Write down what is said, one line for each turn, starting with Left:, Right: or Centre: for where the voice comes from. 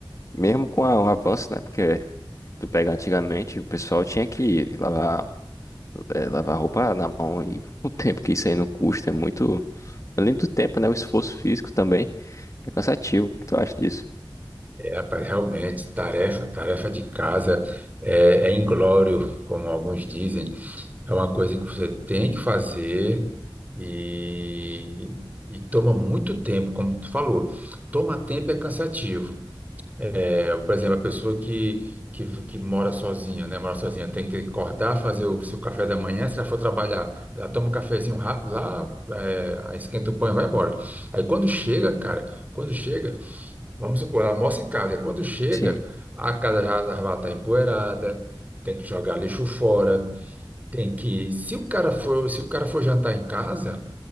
Left: Mesmo com a- o avanço, né? Porque tu pega antigamente, o pessoal tinha que lavar, eh, lavar roupa na mão e <laughs> o tempo que isso aí não custa é muito. Além do tempo, né? O esforço físico também é cansativo. O que tu acha disso?
Right: É, rapaz, realmente, tarefa, tarefa de casa é, é inglório, como alguns dizem. É uma coisa que você tem que fazer e, e toma muito tempo, como tu falou. Toma tempo é cansativo. É, por exemplo, a pessoa que, que, que mora sozinha, né? Mora sozinha, tem que acordar, fazer o seu café da manhã. Se ela for trabalhar, ela toma um cafezinho rápido lá, é, aí esquenta o pão e vai embora. Aí quando chega, cara, quando chega. Vamos supor, almoça em casa. E quando chega,
Left: Sim,
Right: a casa já já vai estar empoeirada, tem que jogar lixo fora, tem que. Se o cara for, se o cara for jantar em casa,